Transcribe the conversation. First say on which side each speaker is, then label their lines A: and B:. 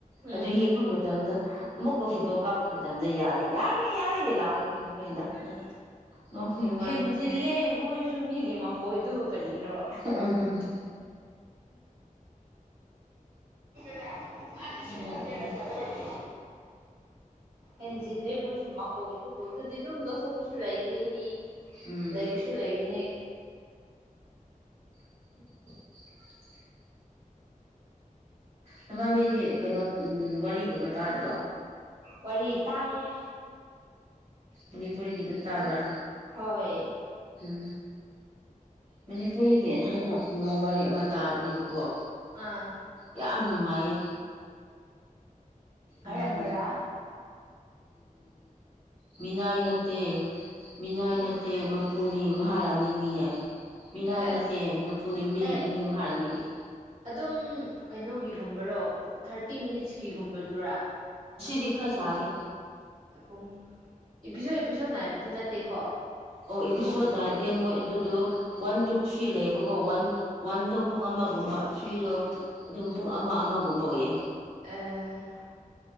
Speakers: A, on the right; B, on the right.
A: ꯎꯝ
B: ꯑꯗꯨ ꯌꯦꯛꯄ ꯃꯇꯝꯗ ꯑꯃꯨꯛꯀ ꯐꯣꯇꯣ ꯀꯥꯞꯄ ꯃꯇꯝ ꯃꯇꯝꯗ ꯌꯥꯏꯦ ꯌꯥꯔꯦ ꯌꯥꯔꯦꯍ ꯂꯥꯛꯑꯣꯏ ꯃꯤꯕꯨ ꯀ
A: ꯎꯝ
B: ꯃ ꯋꯥ
A: ꯍꯦꯟꯖꯤꯜꯂꯦ ꯃꯣꯏꯁꯨ ꯃꯤꯒꯤ ꯃꯀꯣꯏꯗꯨꯕꯨ ꯀꯔꯤꯔꯣ
B: ꯎꯝ
A: ꯗꯅꯦ ꯃꯥ ꯂꯤꯁꯤꯡꯃꯨꯛꯒꯦꯅ
B: ꯌꯥꯗꯦꯅꯦ
A: ꯊꯥꯖꯤꯜꯂꯛꯀꯦ ꯍꯦꯟꯖꯤꯜꯂꯦ ꯃꯣꯏꯁꯨ ꯃꯀꯣꯏ ꯑꯗꯨꯕꯨ ꯑꯗꯨꯗꯤ ꯑꯗꯨꯝ ꯂꯧꯠꯊꯣꯛꯄꯁꯨ ꯂꯩꯒꯅꯤ ꯃꯤ
B: ꯎꯝ
A: ꯂꯩꯕꯁꯨ ꯂꯩꯒꯅꯤ
B: <inaudible> ꯃꯕꯥꯅꯤꯗꯤ ꯀꯩꯅꯣ ꯋꯥꯔꯤꯒꯨꯝꯕ ꯇꯥꯗ꯭ꯔꯣ
A: ꯋꯥꯔꯤ ꯇꯥꯏꯌꯦ
B: ꯃꯅꯤꯄꯨꯔꯤꯒꯤ ꯑꯗꯨꯝ ꯇꯥꯕ꯭ꯔꯥ
A: ꯍꯣꯏ
B: ꯎꯝ ꯃꯅꯤꯄꯨꯔꯤꯒꯤ ꯅꯍꯥꯟꯅ ꯐꯨꯡꯒꯥ ꯋꯥꯔꯤ ꯑꯃ ꯇꯥꯕꯅꯦꯕꯀꯣ
A: ꯑꯥ
B: ꯌꯥꯝ ꯅꯨꯡꯉꯥꯏꯌꯦ
A: ꯑꯔꯝꯕꯔꯥ
B: ꯎꯝ ꯃꯤꯅꯥꯏ ꯅꯠꯇꯦ ꯃꯤꯅꯥꯏ
A: ꯎꯝ
B: ꯅꯠꯇꯦ ꯃꯄꯨꯅꯤ ꯃꯍꯥꯔꯥꯅꯤꯅꯤ ꯍꯥꯏ ꯃꯤꯅꯥ
A: ꯑꯁ
B: ꯅꯠꯇꯦ ꯃꯄꯨꯅꯤ
A: ꯑꯦ
B: ꯃꯤ ꯃꯍꯥꯔꯥꯅꯤꯒꯤ
A: ꯑꯗꯨꯝ ꯀꯩꯅꯣꯒꯤꯒꯨꯝꯕꯔꯣ ꯊꯥꯔꯇꯤ ꯃꯤꯅꯤꯠꯁꯀꯤꯒꯨꯝꯕꯗꯨꯔꯥ
B: ꯗꯤꯈꯂ ꯁꯥꯒ
A: ꯎ ꯏꯄꯤꯁꯣ ꯏꯄꯤꯁꯣ ꯅꯥꯏꯕꯗꯨ ꯅꯠꯇꯦꯀꯣ
B: ꯑꯣ ꯏꯄꯤꯁꯣꯠ ꯅꯥꯗꯦ ꯃꯣꯏ ꯑꯗꯨꯗꯣ ꯋꯥꯟ ꯇꯨ ꯊ꯭ꯔꯤ ꯂꯩꯌꯦꯕꯀꯣ ꯋꯥꯟ ꯋꯥꯟꯗꯣ ꯄꯨꯡ ꯑꯃꯒꯨꯝꯕ ꯊ꯭ꯔꯤꯔꯣ ꯑꯗꯨꯝ ꯄꯨꯡ ꯑꯃ ꯑꯃꯒꯨꯝꯕ ꯑꯣꯏꯌꯦ
A: ꯑ